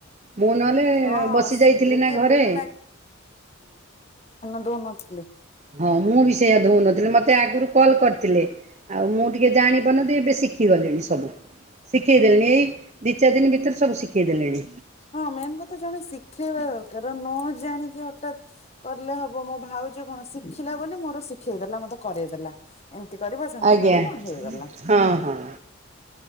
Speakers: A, on the right (about 35°); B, on the left (about 30°).
A: ମୁଁ ନହେଲେ
B: ହଁ
A: ବସି
B: ସିଏ
A: ଯାଇଥିଲି ନା
B: କେବେଠୁ
A: ଘରେ।
B: ଦଉ ନଥିଲେ।
A: ହଁ ମୁଁ ବି ସେଇୟା ଦଉନଥିଲେ ମତେ ଆଗରୁ କଲ୍ କରିଥିଲେ ଆଉ ମୁଁ। ଟିକେ ଜାଣି ପାରୁନାହାନ୍ତି ଏବେ ଶିଖି ଗଲିଣି ସବୁ ଶି ସିଖେଇଦେଲେଣି ଏଇ ଦି ଚାରି ଦିନ ଭିତରେ ସବୁ ସିଖେଇ ଦେଲେଣି।
B: ହଁ ମେନ୍ କଥା ଜଣେ ଶିଖେଇବା ଦରକାର ନ ଜାଣିକି ହଠାତ୍। କଲେ ହବ ମୋ ଭାଉଜ କଣ ଶିଖିଲା ବୋଲି ମୋର ଶିଖେଇଦେଲା ମତେ କରେଇଦେଲା। ଏମିତି କରିବ ସେମିତି
A: ଆଜ୍ଞା
B: କରିବ ହେଇଗଲା।
A: ହଁ ହଁ।